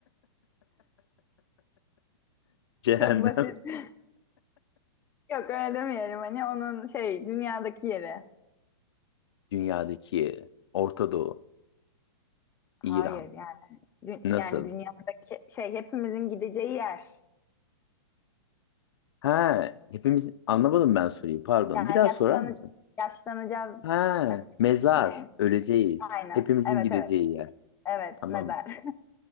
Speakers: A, on the left (about 70°); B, on the left (about 15°).
A: Cehennem.
B: Çok basit. <laughs> Yok öyle demeyelim hani onun şey dünyadaki yeri.
A: Dünyadaki Orta Doğu,
B: Hayır
A: İran.
B: yani dü-
A: Nasıl?
B: yani dünyadaki şey hepimizin gideceği yer.
A: Ha, hepimiz anlamadım ben soruyu. Pardon.
B: Yani
A: Bir daha
B: yaşlan
A: sorar mısın?
B: yaşlanacağız
A: Ha,
B: mesela.
A: mezar.
B: Ne?
A: Öleceğiz.
B: Aynen.
A: Hepimizin
B: Evet
A: gideceği
B: evet.
A: yer.
B: Evet
A: Tamam.
B: mezar. <laughs>